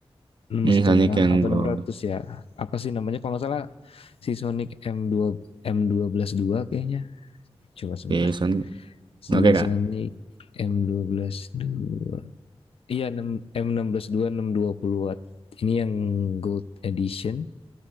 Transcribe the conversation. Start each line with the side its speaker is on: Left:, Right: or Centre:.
Left: enam
Right: Hmm,
Left: setengah
Right: Sonic yang
Left: apa
Right: gold.
Left: enam ratus ya apa sih namanya kalau nggak salah si Sonic m dua m dua belas dua kayaknya coba sebentar
Right: Oke, Sonic.
Left: Si
Right: Oke,
Left: Sonic m dua belas dua Iya M satu enam m enam dua 620 watt. Ini yang Gold Edition.